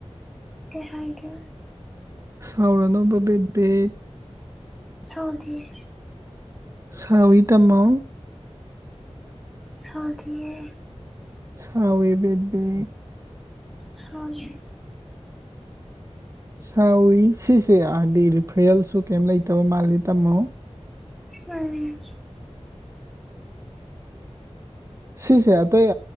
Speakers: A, in the centre; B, on the right.
A: ꯀꯩ ꯍꯥꯏꯒꯦ
B: ꯁꯥꯎꯔꯅꯣꯕ ꯕꯦ ꯕꯤ
A: ꯁꯥꯎꯗꯤꯌꯦ
B: ꯁꯥꯎꯏ ꯇꯥꯃꯣ
A: ꯁꯥꯈꯤꯌꯦ
B: ꯁꯥꯎꯏ ꯕꯦꯕꯤ
A: ꯁꯥꯏꯌꯦ
B: ꯁꯥꯎꯋꯤ ꯁꯤꯁꯦ ꯍꯥꯏꯗꯤ ꯔꯤꯐ꯭ꯔꯦꯜꯁꯨ ꯀꯩꯝ ꯂꯩꯇꯕ ꯃꯥꯜꯂꯦ ꯇꯝꯃꯣ
A: ꯎꯝ
B: ꯁꯤꯁꯦ ꯑꯇꯩ